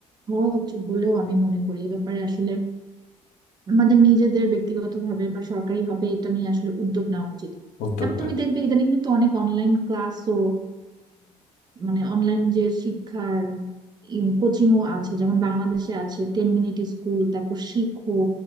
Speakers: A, on the right; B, on the left.
A: হওয়া উচিত বলেও আমি মনে করি এ ব্যাপারে আসলে আমাদের নিজেদের ব্যক্তিগতভাবে বা সরকারিভাবে এটা নিয়ে আসলে উদ্যোগ নেওয়া উচিত
B: উদ্যোগ
A: তারপর
B: নেওয়া
A: তুমি
B: উচিত।
A: দেখবে ইদানিং কিন্তু অনেক অনলাইন ক্লাসও মানে অনলাইন যে শিক্ষার কোচিং ও আছে যেমন বাংলাদেশে আছে টেন মিনিট স্কুল তারপর শিখো